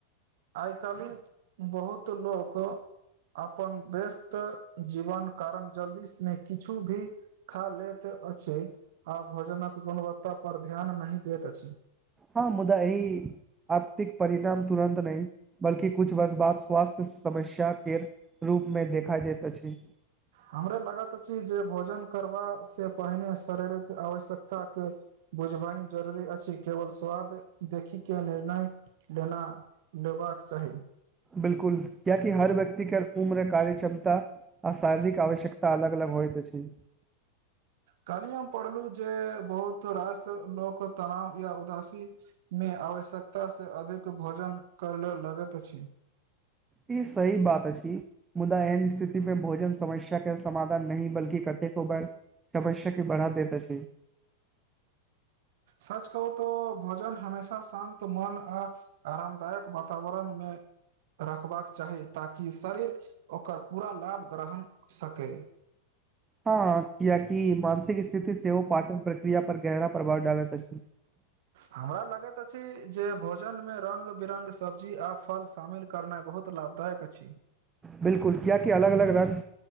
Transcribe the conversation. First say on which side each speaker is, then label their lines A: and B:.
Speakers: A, on the right; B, on the right.
A: आइ काल्हि बहुत लोक अपन व्यस्त जीवन कारण जल्दी से किछु भी खा लैत अछि आ भोजनक गुणवत्ता पर ध्यान नहि दैत अछि।
B: हां मुदा एई। आत्तिक परिणाम तुरन्त नय, बल्कि कुछ वर्ष बाद स्वास्थ्य समस्या केर। रूपमे देखा जाइत अछि।
A: हमरा लागैत अछी जे भोजन करबा से पहिने शरीरक आवश्यकता के बुझबाइन जरूरी अछि। केवल स्वाद देखी के निर्णय लेना लेबाक चाही।
B: बिलकुल, कियैकि हर व्यक्ति के उम्र कार्य क्षमता आ शारीरिक आवश्यक तऽ अलग -अलग होइत अछि।
A: कल्ली हम पढ़लु जे, बहुत रास लोक तनाव या उदासी मे आवश्यकतासँ अधिक भोजन करल लगैत अछि।
B: ई सही बात अछि, मुदा एहन स्थिति मे भोजन समश्या के समाधान नहि बल्कि कतेको बार, समस्या के बढ़ा दैत अछि।
A: सच कहू तो भोजन हमेशा शान्त, मन आ आरामदायक वातावरणमे रखबाक चाही ताकि शरीर ओकर पूरा लाभ ग्रहण सकै।
B: हँ कियेकि मानसिक स्थिति सेहो पाचन प्रक्रिया पर गहरा प्रभाव डालैत अछि। <inaudible>
A: हमरा लगैत अछि, जे भोजन में रंग -बिरंग सब्जी आ फल शामिल करनै बहुत लाभदायक अछि।
B: बिलकु कियेकि अलग अलग रङ्ग